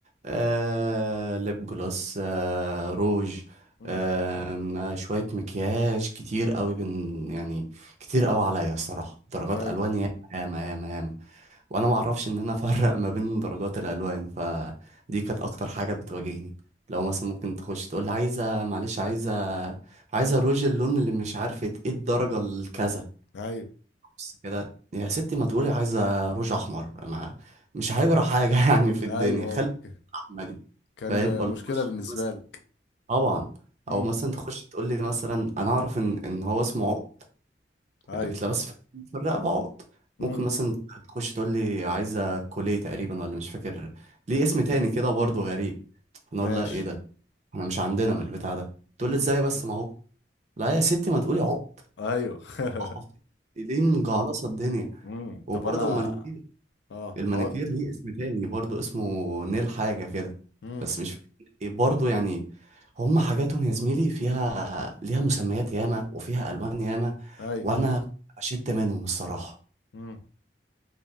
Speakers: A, on the right; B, on the left.
A: آه، ليب جلوس آه، روج
B: مم.
A: آه، شوية مكياج كتير قوي بن يعني كتير قوي عليا الصراحة درجات
B: ايوه
A: ألوان ياما ياما ياما ياما وانا ما اعرفش ان انا افرق ما بين درجات الالوان فدي كانت اكتر حاجه بتواجهني لو مثلا ممكن تخش تقول لي عايزه معلش عايزه عايزه روج اللون اللي مش عارفه ايه الدرجه الكذا
B: ايوه
A: بس كده يا ستي ما تقولي عايزه روج احمر ما مش هيجرى حاجه <laughs> يعني في الدنيا
B: ايوه
A: خلي
B: آه. ك-
A: الرحمه دي
B: كان
A: فاهم ولا
B: مشكله
A: تخش
B: بالنسبه
A: مثلاً-
B: لك
A: طبعا
B: مم.
A: او مثلا تخش تقول لي مثلا انا اعرف ان ان هو اسمه عقد
B: ايوه
A: اللي بتلبس في في الرقبة عقد
B: مم.
A: ممكن مثلا تخش تقول لي عايزة كولية تقريبا ولا مش فاكر ليه اسم تاني كده برضه غريب انا
B: ماشي
A: اقول لها ايه ده احنا مش عندنا من البتاع ده تقول
B: مم.
A: لي ازاي بس ما هو لا يا ستي ما تقولي عقد
B: ايوه <laughs>
A: <laughs> عقد. ليه مجعلصة الدنيا
B: مم.
A: وبرضه
B: طب انا
A: المانيكير
B: اه
A: المانيكير
B: هقول
A: ليه اسم تاني برضه اسمه نيل حاجة كده
B: مم.
A: بس مش فاكر ايه برضه يعني هما حاجاتهم يا زميلي فيها ليها مسميات ياما وفيها ألوان ياما
B: ايوه
A: وأنا شدت منهم الصراحة
B: مم.